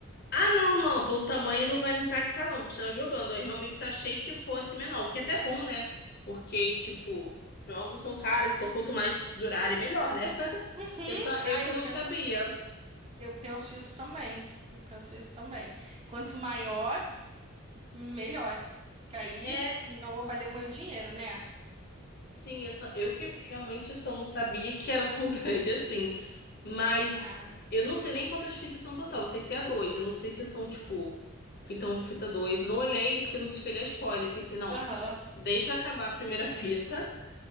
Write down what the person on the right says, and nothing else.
Uhum.
Ah,
eu,
pe-
Eu penso isso também. Eu penso isso também. Quanto maior, melhor. Que aí
não valeu o meu dinheiro, né?
Ah,
aham.